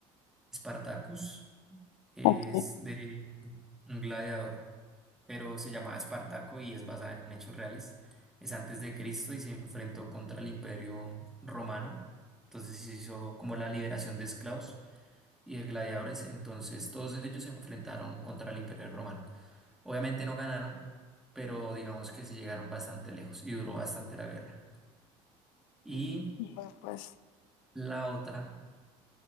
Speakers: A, in the centre; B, on the left.
A: Spartacus. Es
B: ok.
A: de un gladiador. pero se llamaba Espartaco y es basada en hechos reales. Es antes de Cristo y se enfrentó contra el Imperio Romano. Entonces se hizo como la liberación de esclavos y de gladiadores. Entonces todos ellos se enfrentaron contra el Imperio Romano. Obviamente no ganaron, pero digamos que sí llegaron bastante lejos y duró bastante la guerra. Y
B: Va pues.
A: la otra,